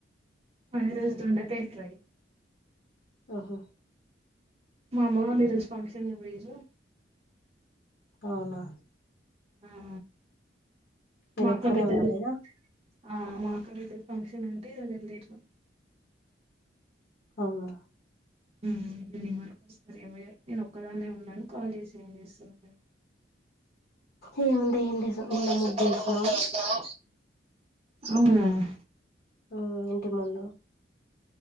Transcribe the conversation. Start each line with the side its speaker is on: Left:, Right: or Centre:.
Right: మాది ఈ రోజు దొండకాయ ఫ్రై
Left: ఓహో
Right: మా అమ్మ వాళ్ళు ఈ రోజు ఫంక్షన్ కి పోయిన్రు
Left: అవునా
Right: ఆ
Left: మీరు
Right: మా అక్క
Left: ఒక్కరే
Right: బిడ్డది
Left: ఉన్నారా ఇగ
Right: ఆ మాక్క బిడ్డది ఫంక్షన్ ఉంటె అది <inaudible>
Left: అవున
Right: ఉమ్ ఈవినింగ్ వరకు వస్తారేమో ఇగ నేను ఒక్కదాన్నే ఉన్నాను కాల్ చేసి ఏం చేస్తున్నా
Left: ఏముంది ఏం లేదు
Right: <inaudible>
Left: నిన్న ముగ్గేసినాం
Right: అవున
Left: ఉ ఇంటి ముందు